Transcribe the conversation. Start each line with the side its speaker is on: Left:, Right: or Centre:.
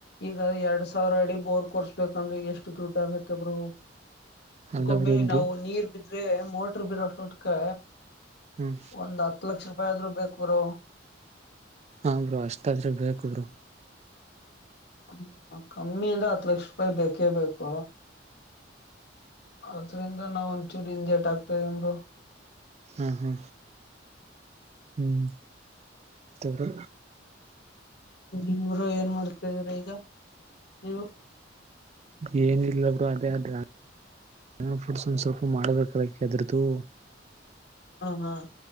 Left: ಈಗ ಎರಡ್ ಸಾವಿರ ಅಡಿ ಬೋರ್ ಕೊರ್ಸ್ಬೇಕಂದ್ರೆ ಎಷ್ಟು ಎಷ್ಟ ದುಡ್ಡಆಗುತ್ತೆ ಬ್ರೋ
Right: ಅಲ್ಲ
Left: ಮ್ಮಿ
Right: ಬ್ರೋ
Left: ನಾವು
Right: ಬು
Left: ನೀರ್ ಬಿದ್ರೆ ಮೋಟರ್ ಬಿರೋಕ್ಕೆ
Right: ಹ್ಮ್
Left: ಒಂದ್ ಹತ್ತು ಲಕ್ಷ ರೂಪಾಯ ಬಾದ್ರು ಬೇಕು ಬ್ರೋ
Right: ಹಾ ಬ್ರೋ ಅಷ್ಟಾದ್ರ ಬೇಕು ಬ್ರೋ
Left: ಹ್ಮ ಕಮ್ಮಿ ಅಂದ್ರೆ ಹತ್ ಲಕ್ಷ ರೂಪಾಯಿ ಬೇಕೇ ಬೇಕು ಅದ್ರಿಂದ ನಾವ ಒಂಚೂರಿ ಇಿಂದಟ್ ಆಗ್ತದಮರು
Right: ಹ್ಮ ಹ್ಮ ಹ್ಮ್ ಬ
Left: ಇವರು ಏನ್ ಮಾಡ್ತಿದ್ರ ಈಗ ನೀವು
Right: ಏನ ಇಲ್ಲರು ಅದೇ ಆದ್ರ ಜನಲ್ ಫುಡ್ಸ್ ಒಂದ ಸ್ವಲ್ಪ ಮಾಡಬೇಕಾದಕ್ಕೆೆ ಅದರದ್ದು
Left: ಹ ಹಾ